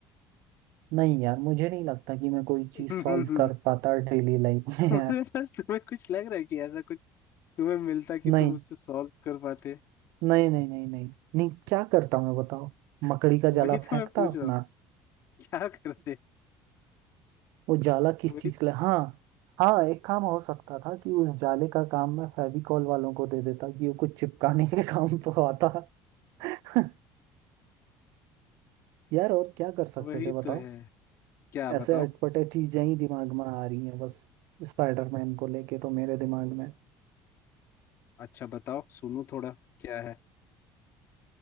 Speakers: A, on the right; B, on the left.
A: नहीं यार मुझे नहीं लगता कि मैं कोई
B: <laughs>
A: चीज
B: तुम्हारे
A: सॉल्व कर पाता डेली लाइफ में
B: पास
A: यार
B: तुम्हें कुछ लग रहा है कि ऐसा कुछ तुम्हें मिलता कि
A: नहीं
B: तुम उससे सॉल्व कर पाते
A: नहीं नहीं नहीं नहीं नहीं क्या करता मैं बताओ मकड़ी का
B: वही
A: जाला
B: तो
A: फेंकता
B: मैं पूछ
A: अपना
B: रहा हूँ क्या करते
A: वो जाला किस
B: वही
A: चीज के लिए हाँ हाँ एक काम हो सकता था कि उस जाले का काम मैं फेविकॉल वालों को दे देता कि वो कुछ चिपकाने के काम तो आता <laughs> यार और क्या कर सकते
B: वही
A: थे बताओ
B: तो है क्या
A: ऐसे
B: बताओ
A: अटपटे चीजें ही दिमाग में आ रही हैं बस स्पाइडरमैन को लेके तो मेरे दिमाग में
B: अच्छा बताओ सुनो थोड़ा क्या है